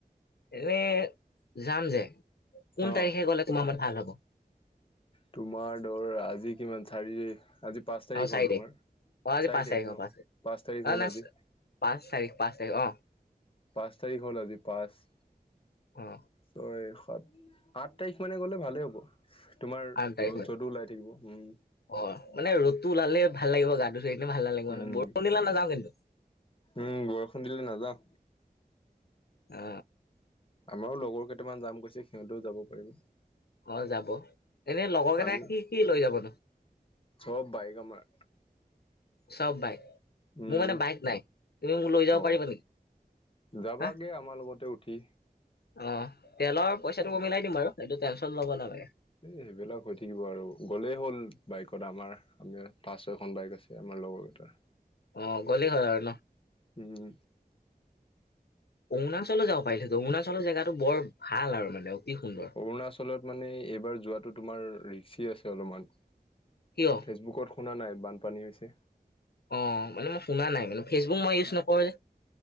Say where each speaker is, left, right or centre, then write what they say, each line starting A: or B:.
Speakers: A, on the left; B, on the left.
A: এনে যাম যে কোন
B: অ
A: তাৰিখে গ'লে তোমাৰ মত ভাল হ'ব?
B: তোমাৰ ধৰ আজি কিমান চাৰি, আজি পাঁচ তাৰিখ
A: অ চাৰি
B: হ'ল তোমাৰ।
A: অ আজি
B: চাৰি
A: পাঁচ
B: তাৰিখ ন'
A: অ পাঁচ
B: পাঁচ তাৰিখ
A: অ
B: হ'ল
A: না
B: আজি।
A: পাঁচ তাৰিখ, পাঁচ তাৰিখ অ'।
B: পাঁচ তাৰিখ হ'ল আজি পাঁচ।
A: অ'।
B: ছয় সাত, আঠ তাৰিখ মানে গ'লে ভালে হ'ব। তোমাৰ
A: আঠ তাৰিখ
B: ৰ'দ
A: মান
B: চ'দো ওলাই থাকিব উম।
A: অ' মানে ৰ'দটো ওলালে ভাল লাগিব গাটো যে একদম ভাল নালাগিব,
B: উম
A: মানে বৰষুণ দিলে নাযাওঁ কিন্তু।
B: উম, বৰষুণ দিলে নাযাওঁ।
A: আ।
B: আমাৰো লগৰ কেইটামান যাম গৈছে সিহঁতেও যাব পাৰিব।
A: অ' যাব। এনে লগৰ
B: আমি
A: কেইটা কি কি লৈ যাবনো?
B: চব বাইক আমাৰ।
A: চব বাইক,
B: উম
A: মোৰ মানে বাইক নাই। তুমি মোক লৈ যাব
B: অ
A: পাৰিবা নেকি?
B: যাবাগে
A: হা
B: আমাৰ লগতে উঠি।
A: অ' তেলৰ পইচাটো
B: আৰু
A: মই মিলাই দিম বাৰু, এইটো টেনচন ল'ব নালাগে।
B: এইবিলাক হৈ থাকিব আৰু, গ'লেই হ'ল বাইকত আমাৰ। আমি পাঁচ ছয়খন বাইক আছে আমাৰ লগৰ কেইটাৰ।
A: অ' গলেই হ'ল আৰু ন'?
B: উম।
A: অৰুণাচলো যাব পাৰিলোঁ, অৰুণাচলৰ জেগাটো বৰ ভাল আৰু মানে অ' কি সুন্দৰ।
B: অৰুণাচলত মানে এইবাৰ যোৱাটো তোমাৰ ৰিক্সি আছে অলপমান।
A: কিয়?
B: ফেচবুকত শুনা নাই বানপানী হৈছে।
A: অ' মানে মই শুনা নাই, মানে ফেচবুক মই ইউজ নকৰো যে